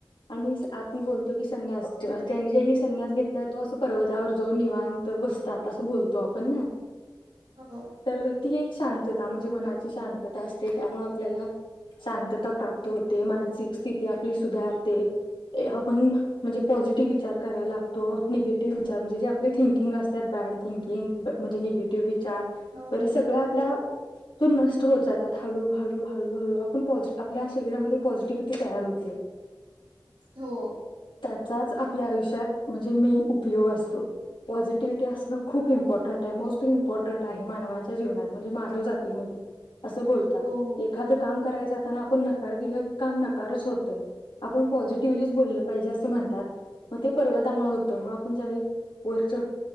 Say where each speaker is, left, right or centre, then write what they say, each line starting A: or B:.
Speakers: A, on the left (about 80°); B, on the right (about 85°).
A: आणि आपण बोलतो की संन्यास ज्यांनी ज्यांनी संन्यास घेतला तो असं पर्वतावर जाऊन निवांत बसतात असं बोलतो आपण ना
B: हो
A: तर ती एक शांतता म्हणजे मनाची शांतता असते. त्यामुळे आपल्याला शांतता प्राप्त, होते मानसिक स्थिती आपली सुधारते आपण म्हणजे पॉझिटिव्ह विचार करायला लागतो निगेटिव्ह विचार म्हणजे जे आपले थिंकिंग असत्यात बॅड थिंकिंग म्हणजे निगेटिव्ह.
B: हो
A: <unintelligible> सगळ आपल्या तो नष्ट होत जातात हळू हळू हळू हळू आपण प आपल्या शरीरामध्ये पॉझिटिव्हटी तयार होते.
B: हो
A: च आपल्या आयुष्यात म्हणजे मेन उपयोग असतो पॉझिटिव्हटी असणं खूप इम्पॉर्टंट आहे मोस्ट इं्पॉर्टंट मा नवाच्जीव म्हण मा जी अस ब
B: हो हो
A: एखा काम करा जात पुन्हा काम नकारच होत आपण पॉझिटिव्हली बोललं पाहिजे अस म्हणतात म ते पर्वतामुळे होत मग आपण ज वर च